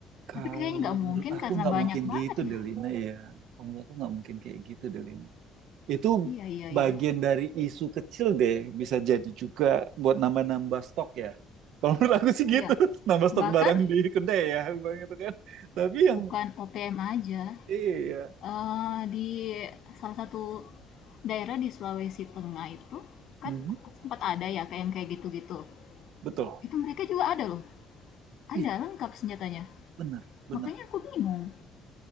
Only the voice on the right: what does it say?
kalau
menurut aku
nggak
mungkin
gitu Delina
ya kalau menurut aku nggak mungkin kayak gitu Delina itu
bagian dari isu kecil deh bisa jadi juga buat nambah-nambah stok ya kalau menurut aku sih
gitu <laughs> nambah
stok barang di kedai ya bang itu kan tapi yang
iya
Mhm,
betul
iya
benar benar